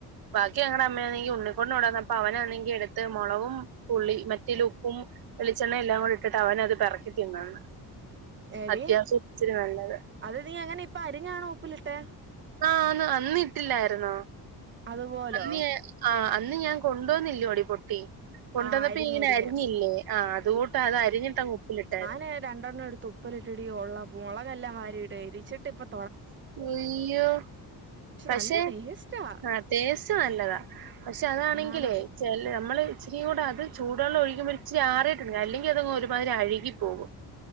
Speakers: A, on the right; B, on the right.
A: ബാക്കി അങ്ങടെ അമ്മയാണെങ്കി ഉണ്ണികുട്ടന് കൊണ്ടോന്നപ്പം അവനാണെങ്കി എടു മൊളകും പുളി മറ്റേ ല്ലഉപ്പും വെളിച്ചെണ്ണയും എല്ലാം കൂടി ഇട്ടിട്ട് അവൻ അത് പെറക്കി തിന്നന്ന്
B: എടി
A: അത്യാവശ്യം ഇച്ചിരി നല്ലത്
B: അത് നീ അങ്ങനെ ഇപ്പ അരിഞ്ഞാണോ ഉപ്പിലിട്ടെ
A: ആഹ് അന്ന് അന്നിട്ടില്ലായിരുന്ന
B: അതുപോലോ
A: അന്നിയേ ആഹ് അന്ന് ഞാൻ കൊണ്ടുവന്നില്ലോടി <unintelligible> കൊണ്ടുവന്നപ്പോ
B: ആ അരിഞ്ഞരിഞ്ഞ്
A: ഇങ്ങനെ അരിഞ്ഞില്ലേ ആഹ അതുകൊട്ട് അത് അരിഞ്ഞിട്ടങ് ഉപ്പിലിട്ടരുന്നു
B: ഹെ രണ്ടെണ്ണം എടുത്തു ഉപ്പിലിട്ടെടി ഒള്ള മുളകെല്ലാം വാരിട്ട് എരിച്ചട്ടിപ്പം
A: ഇയ്യോ പക്ഷെ
B: നല്ല ടേസ്റ്റാ
A: ആഹ് ടേസ്റ്റ് നല്ലതാ പക്ഷെ അതാണെങ്കിലേ
B: ആന്ന്
A: ചെ നമ്മള് ഇച്ചിരിയും കൂടെ അത് ചൂടുെള്ളം ഒഴുകുമ്പോൾ ഇച്ചരി ആറിയിട്ടുണ്ട അല്ലെങ്കിൽ അതങ്ങ് ഒരുമാതിരി അഴുകി പോകും